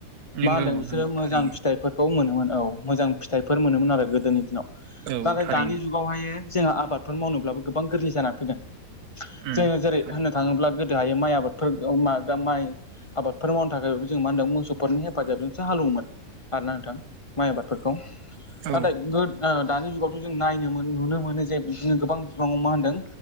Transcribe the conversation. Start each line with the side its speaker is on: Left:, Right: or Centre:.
Right: नंगौ
Left: मा होनदों बिसोरो
Right: नंगौ
Left: मोजां
Right: थारैनो।
Left: फिथाइफोर खौ मोनोमोन औ मोजां फिथाइफोर मोनोमोन आरो गोदोनि दिनाव।
Right: औ
Left: नाथाय
Right: थारैनो
Left: दानि जुगावहायो जोंहा आबादफोर मावनोब्लाबो गोबां गोरलै जानानै फैगोन
Right: उम
Left: जोङो जेरै
Right: थारैनो
Left: होननो थाङोब्ला हायो माइ आबादफोर मा गा माइ आबादफोर मावनो थाखायबो जों मा होनदों मोसौफोरनि हेफाजाबजोंसो हालेवोमोन आरोना नोंथां। माइ आबादफोरखौ
Right: औ
Left: नाथाय गोद ओ दानि जुगावथ' जों नायनो नुनो मोन जे बिदिनो गोबां बिफाङाव मा होनदों